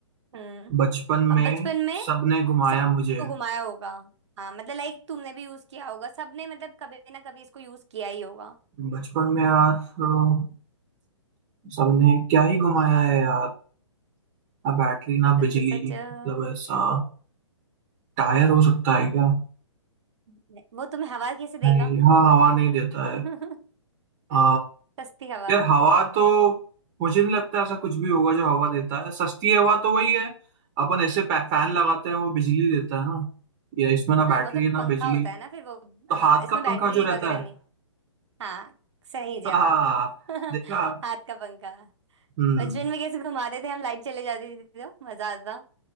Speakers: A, on the right; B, on the right.
A: हम्म।
B: बचपन
A: अब
B: में
A: बचपन में
B: सबने घुमाया
A: सबने
B: मुझे
A: इसको घुमाया होगा हाँ मतलब लाइक तुमने भी यूज किया होगा सबने मतलब कभी ना कभी इसको यूज किया ही होगा
B: बचपन में यार अ, सबने क्या ही घुमाया है यार ना बैटरी ना
A: सच
B: बिजली
A: सच हम्म
B: मतलब ऐसा टायर हो सकता है क्या
A: नहीं, वो तुम्हें हवा कैसे
B: नहीं
A: देगा
B: हाँ हवा नहीं देता
A: <laughs>
B: है आ,
A: सस्ती हवा
B: यार हवा तो मुझे नहीं लगता ऐसा कुछ भी होगा जो हवा देता है सस्ती हवा तो वही है अपन ऐसे फैन लगाते हैं वो बिजली देता है ना या इसमें ना
A: हाँ
B: बैटरी
A: वो तो
B: है ना
A: पंखा
B: बिजली
A: होता है ना फिर वो
B: तो
A: हाँ
B: हाथ
A: इसमें
B: का
A: बैटरी
B: पंखा जो रहता
A: वगैरह
B: है
A: नहीं हाँ सही जवाब
B: हाँ
A: <laughs>
B: देखा
A: हाथ का पंखा
B: हम्म
A: बचपन में कैसे घुमाते थे हम लाइट चले जाती थी तो मजा आता था